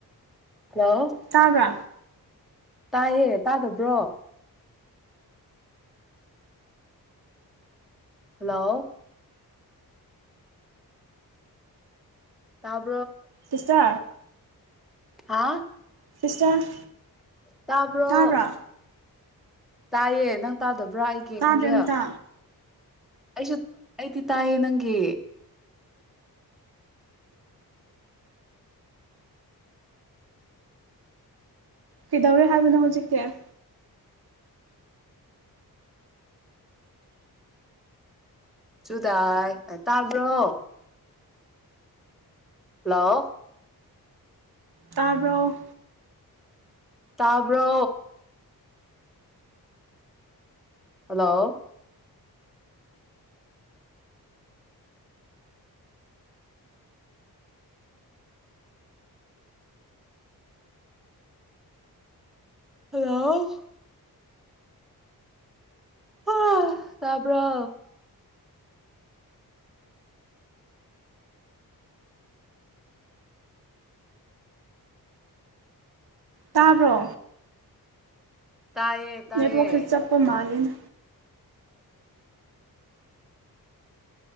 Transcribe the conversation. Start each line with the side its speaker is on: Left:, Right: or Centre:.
Centre: ꯍꯜꯂꯣ
Right: ꯇꯥꯕ꯭ꯔꯥ
Centre: ꯇꯥꯏꯌꯦ ꯇꯥꯗꯕ꯭ꯔꯣ ꯍꯜꯂꯣ ꯇ <inaudible>
Right: ꯇꯁꯥ
Centre: ꯍꯥ
Right: ꯁꯤꯁꯇꯔ
Centre: ꯇꯄꯔ
Right: ꯇꯥꯕ꯭ꯔꯥ
Centre: ꯇꯥꯏꯌꯦ ꯅꯪ ꯇꯥꯗꯕ꯭ꯔꯥ ꯑꯩꯒꯤ
Right: ꯇꯥꯗ꯭ꯔꯦ
Centre: ꯈꯣꯟꯖꯦꯜ
Right: ꯑꯝꯇ
Centre: ꯑꯩꯁꯨ ꯑꯩꯗꯤ ꯇꯥꯏꯦ ꯅꯪꯒꯤ
Right: ꯀꯗꯧꯔꯦ ꯍꯥꯅ ꯍꯖꯤꯀꯦ
Centre: ꯆꯨꯗꯥꯥꯏ ꯇꯥꯕ꯭ꯔꯣ ꯍꯜꯂꯣ
Right: ꯇꯥꯔꯕꯣ
Centre: ꯇꯥꯕ꯭ꯔꯣ ꯍꯜꯂꯣ ꯍꯜꯂꯣ ꯍ ꯇꯥꯕꯔꯣ
Right: ꯇꯥꯕ꯭ꯔꯣ
Centre: ꯇꯥꯏꯌꯦ ꯇꯥꯏꯌꯦ
Right: ꯅꯦꯠ ꯋꯥꯛꯁꯦ ꯆꯞꯄ ꯃꯥꯂꯦꯅꯦ